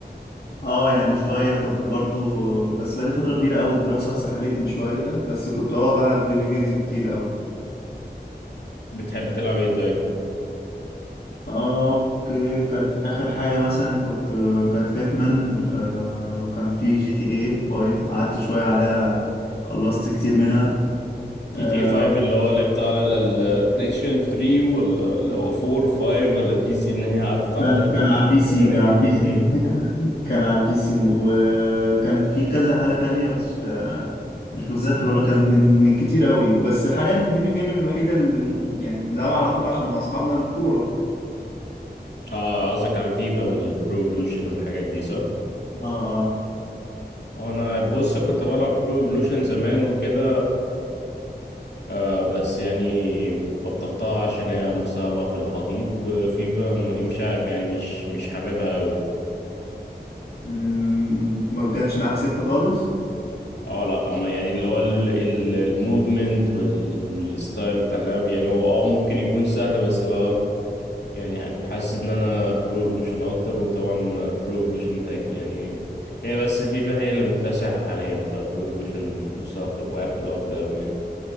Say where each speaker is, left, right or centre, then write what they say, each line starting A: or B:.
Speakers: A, on the left (about 65°); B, on the left (about 80°).
A: اه يعني شوية كنت برضو بس بقالي فترة كبيرة أوي الدراسة سحلتني شوية بس كنت اه بلعب فيديو جيمز كتير أوي
B: بتحب تلعب ايه طيب
A: اوكي كانت اخر حاجة مثلا كنت كانت هيتمان آه وكان في جي تي اي 5 قعدت شوية عليها خلصت كتير منها
B: جي
A: آه
B: تي اي 5 اللي هو لعبتها على البلاي ستيشن 3 ولا اللي هو 4 5 ولا بي سي ان هي عدت على
A: كان كان على البي سي
B: ازمنه
A: كان
B: كتير
A: على البي سي
B: امم
A: <laughs> كان على البي سي وكان في كذا حاجة تانية بس آه مش متذكر ولا كان من, من كتير قوي بس حاليا الفيديو جيم الوحيدة اللي من يعني اللي بنلعبها على طول عشان مع اصحابنا الكورة
B: اه قصدك على الفيفا والبرو ايفولوشن والحاجات دي صح؟
A: اه اه
B: انا بص كنت بلعب برو ايفولوشن زمان وكده آه بس يعني بطلتها عشان هي مستواها بقى في الحضيض وفيفا م- مش عارف يعني مش مش حاببها قوي
A: م- ما جاتش معاك سكة خالص
B: اه لا اما يعني اللي هو الموفمنت والستايل بتاع اللعب يعني هو اه ممكن يكون سهل بس اللي هو يعني هكون حاسس ان انا برو ايفولوشن اكتر وطبعا برو ايفولوشن تاك يعني هي بس الفيفا هي اللي مكتسحة حاليا فبرو ايفولوشن مستوى في- واقع في الارض اوي يعني